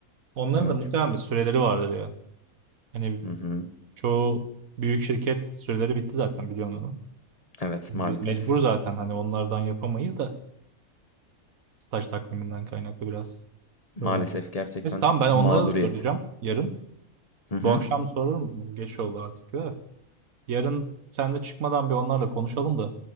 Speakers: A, on the right (about 75°); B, on the left (about 30°).
A: Onların
B: Evet.
A: da muhtemelen bir süreleri vardır ya. Hani
B: Hı hı.
A: çoğu büyük şirket süreleri bitti zaten biliyorsun onu.
B: Evet
A: Hani
B: maalesef.
A: Biz mecbur zaten hani onlardan yapamayız da staj takviminden kaynaklı biraz
B: Maalesef
A: problem.
B: gerçekten
A: Neyse tamam ben
B: mağduriyet.
A: onlara da soracağım yarın.
B: Hı hı.
A: Bu akşam sorarım. Geç oldu artık da. Yarın sen de çıkmadan bir onlarla konuşalım da